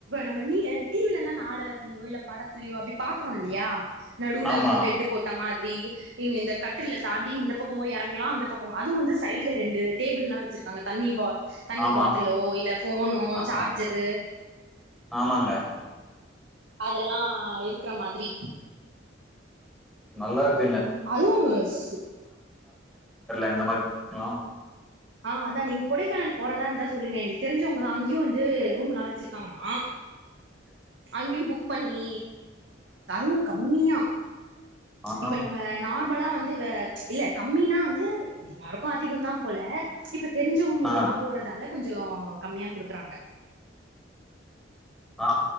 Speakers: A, on the right (about 70°); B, in the centre.
A: நம்ம நீடிவில்லலா நாடகத்தலயோ இல்ல படத்துலயோ அப்புடி பாக்கறோ இல்லையா நடுல
B: ஆமா
A: வந்து பெட்டு போட்ட மாதிரி இவுங்க இந்த கட்டுல தாண்டி இந்த பக்கமு இறங்கலா அந்த பக் அதுவு வந்து சைடு்ல ரெண்டு டேபிள் எல்லா வச்சிருக்காங்க தண்ணி பா தண்ணி
B: ஆமா
A: பாட்டிலோ இல்ல போனோ
B: ஆ
A: சார்ஜரு
B: ஆமாங்க
A: அதெல்லா இருக்குற மாதிரி
B: நல்லா இருக்கு
A: அதுவுஸ்
B: எந்த மாதிரி இருக்கலாம்
A: ஆஹ அதான் நீங்க கொடைக்கானல் போறதா இருந்தா சொல்லுங்க எங்களுக்கு தெரிஞ்சவுங்கதா அங்கேயு வந்து ரூம் எல்லா வச்சுருக்காங்களா அங்கியு புக் பண்ணி <unintelligible> கம்மியா
B: ஆ
A: இப்ப நம்ப நார்மலா வந்து வ இல்ல கம்மினா வந்து எல்லாருக்கு அதிக தா போல இப்ப தெரிஞ்சவோங்க மூலியமா
B: ஆ
A: போறதாலகொஞ்சோ கம்மியா குடுத்துறாங்க
B: ஆ